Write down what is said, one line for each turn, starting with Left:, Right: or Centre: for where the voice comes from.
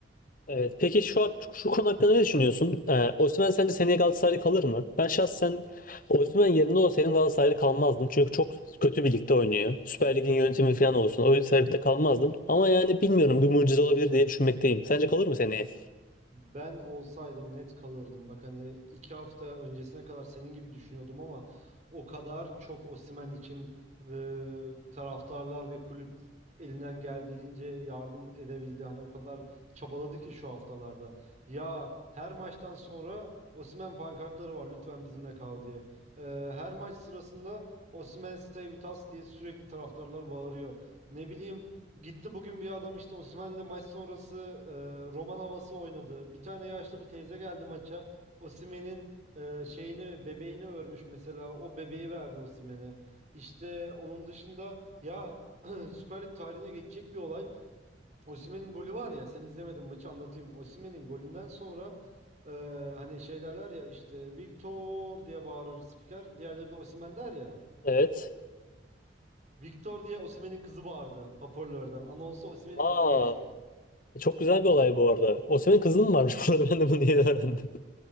Left: Evet. Peki şu an- şu konu hakkında ne düşünüyorsun? Ee, Osimhen sence seneye Galatasaray'da kalır mı? Ben şahsen Osimhen yerinde olsaydım Galatasaray'da kalmazdım. Çünkü çok kötü bir ligde oynuyor. Süper Lig'in yönetimi falan olsun. Öyle bir sebepte kalmazdım. Ama yani bilmiyorum bir mucize olabilir diye düşünmekteyim. Sence kalır mı seneye?
Right: Ben olsaydım net kalırdım. Bak hani iki hafta öncesine kadar senin gibi düşünüyordum ama o kadar çok Osimhen için e, taraftarlar ve kulüp elinden geldiğince yardım edebildi. Hani o kadar çabaladı ki şu haftalarda. Ya her maçtan sonra Osimhen pankartları var lütfen bizimle kal diye. E, her maç sırasında Osimhen Stay With Us diye sürekli taraftarlar bağırıyor. Ne bileyim Gitti bugün bir adam işte Osimhen'le maç sonrası e, roman havası oynadı. Bir tane yaşlı bir teyze geldi maça. Osimhen'in e, şeyini bebeğini örmüş mesela. O bebeği verdi Osimhen'e. İşte onun dışında ya <clears throat> Süper Lig tarihine geçecek bir olay. Osimhen'in golü var ya sen izlemedin maçı anlatayım. Osimhen'in golünden sonra e, hani şey derler ya işte Victor diye bağırır spiker. Diğerleri de Osimhen der ya.
Left: Evet.
Right: Victor diye Osimhen'in kızı bağırdı hoparlörden. Anonsa Osimhen'in
Left: Aa,
Right: kızı geçti.
Left: e, çok güzel bir olay bu arada. Osimhen kızı mı varmış <laughs> burada? Ben de bunu yeni öğrendim.